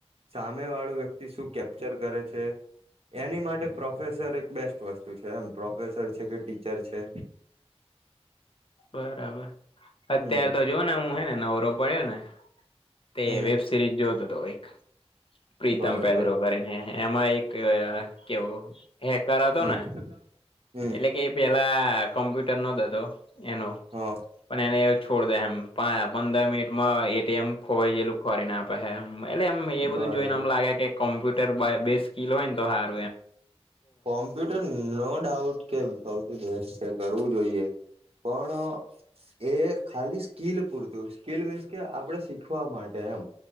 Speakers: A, on the right (about 65°); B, on the left (about 55°).
A: સામે વાળું વ્યક્તિ શું કેપ્ચર કરે છે. એની માટે પ્રોફેસર એક બેસ્ટ વસ્તુ છે એમ પ્રોફેસર છે કે ટીચર છે.
B: બરાબર
A: હમ
B: અત્યારે તો જો ને હું હે ને નવરો પડ્યો ને. તે
A: હમ
B: વેબ સિરીઝ જોતો હતો એક પ્રીતમ
A: બરોબર
B: પેદ્રો કરીને હે એમાં એક. કે કેવું હેકર
A: હમ
B: હતો ને.
A: હમ
B: એટલે કે પેલા કોમ્પ્યુટર નો ઘંધો એનો.
A: હા.
B: પણ એને છોડ દે એમ પ પંદર મિનિટમાં એટીએમ ખોવાઈ ગેલું ખોરી ને આપ. હે એલેમ એ બધું
A: બરોબર
B: જોઈનેમ લાગે કે કોમ્પ્યુટર બે સ્કીિલ હોય ને તો હારું.
A: Computer no doubt. કે સૌથી બેસ્ટ છે કરવું જોઈએ પણ એ ખાલી સ્કીલ પૂરતું સ્કીલ મીન્સ કે આપડણે શીખવા માટે એમ.